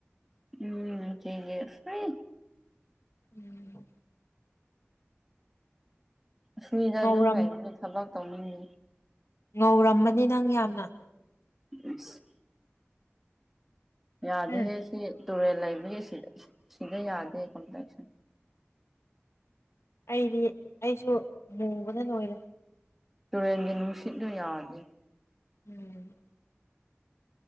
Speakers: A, in the centre; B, on the left (about 75°).
A: ꯎꯝ ꯀꯒꯤꯁꯥꯏ
B: ꯎꯝ
A: ꯁꯤꯗ
B: ꯉꯧꯔꯝ
A: ꯑꯗꯨꯝ ꯂꯩꯕꯒꯤ ꯊꯕꯛ ꯇꯧꯅꯤꯡꯗꯦ
B: ꯉꯧꯔꯝꯃꯅꯤ ꯅꯪ ꯌꯥꯝꯅ
A: ꯌꯦꯁ <inaudible> ꯌꯥꯗꯦꯍꯦ
B: ꯎꯝ
A: ꯁꯤ ꯇꯨꯔꯦꯜ ꯂꯩꯕꯒꯤ ꯁꯤꯗ ꯌꯥꯗꯦ ꯀꯝꯄ꯭ꯂꯦꯛꯁꯟ
B: ꯑꯩꯗꯤ ꯑꯩꯁꯨ ꯃꯨꯕꯅ ꯂꯣꯏꯔꯦ
A: ꯇꯨꯔꯦꯟꯒꯤ ꯅꯨꯡꯁꯤꯠꯂ ꯌꯥꯗꯦ
B: ꯎꯝ